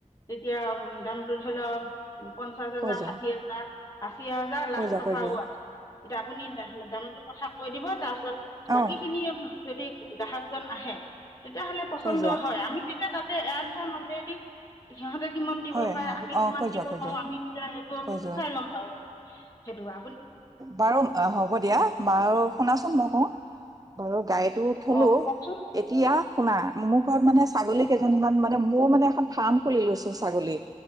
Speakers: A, on the left (about 25°); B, on the right (about 30°).
A: তেতিয়া দামটো ধৰি লওঁ। উম, পঞ্চাশ হাজাৰ,
B: কৈ যোৱা
A: ষাঠি হেজাৰ আশী হাজাৰ
B: কৈ
A: লাখ
B: যোৱা
A: টকাও
B: কৈ যোৱা
A: আছে, এতিয়া আপুনি দামটোৰ কথা কৈ দিব তাৰপিছত বাকী
B: অ
A: খিনি সেই গ্ৰাহকজন আহে। তেতিয়াহ'লে পচন্দ
B: কৈ যোৱা
A: হয়, আমি কেতিয়া তাত এ এয়েৰ ধৰা মাজেদি সিহঁতে কিমান দিব
B: হয়
A: পাৰে,
B: হয়
A: আমি
B: অ
A: কিমান
B: কৈ যোৱা
A: দিব
B: কৈ
A: পাৰোঁ,
B: যোৱা
A: আমি তেতিয়াহে অ'
B: কৈ
A: সচাই
B: যোৱা
A: গ'ম পাওঁ। হেই দোৱা
B: বাৰু অ' হ'ব দিয়া বাৰু শুনাচোন মই কওঁ বাৰু গাই সেইটো থলোঁ,
A: অ কওকচোন
B: এতিয়া শুনা মোৰ ঘৰত মানে ছাগলী কেইজনীমান মানে মোৰ মানে এখন ফাৰ্ম খুলি লৈছোঁ ছাগলী।